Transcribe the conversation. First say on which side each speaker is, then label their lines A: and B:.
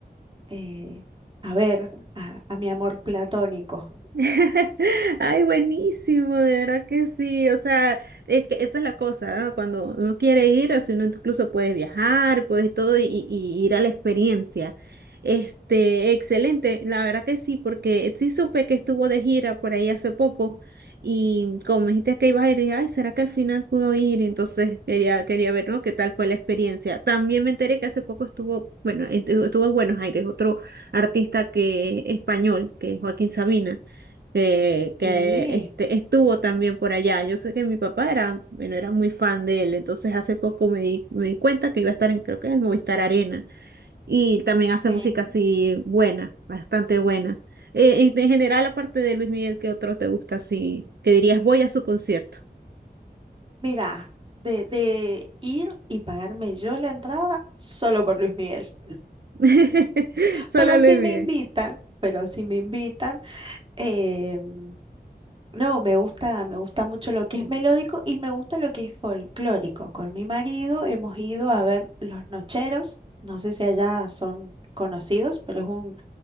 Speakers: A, on the right; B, on the right.
A: eh, a ver a, a mi amor platónico.
B: <laughs> Ay, buenísimo, de verdad que sí. O sea, es que esa es la cosa, ¿no? Cuando uno quiere ir, o si uno incluso puedes viajar, puedes todo y, y ir a la experiencia. Este, excelente, la verdad que sí, porque sí supe que estuvo de gira por ahí hace poco y como me dijiste que ibas a ir, dije, ay, ¿será que al final pudo ir? Entonces quería, quería ver, ¿no? ¿Qué tal fue la experiencia? También me enteré que hace poco estuvo, bueno, estuvo en Buenos Aires, otro artista que español, que es Joaquín Sabina que,
A: Sí,
B: que este, estuvo también por allá. Yo sé que mi papá era, bueno, era muy fan de él, entonces hace poco me di, me di cuenta que iba a estar en, creo que en el Movistar Arena, y también hace
A: sí.
B: música así buena, bastante buena. Eh, en, en general, aparte de Luis Miguel, ¿qué otro te gusta así? Que dirías, voy a su concierto.
A: Mira, de, de ir y pagarme yo la entrada solo por Luis Miguel.
B: <laughs> Solo
A: Pero
B: Luis
A: si me
B: Miguel.
A: invitan, pero si me invitan, em, no, me gusta, me gusta mucho lo que es melódico y me gusta lo que es folclórico. Con mi marido hemos ido a ver Los Nocheros, no sé si allá son conocidos, pero es un,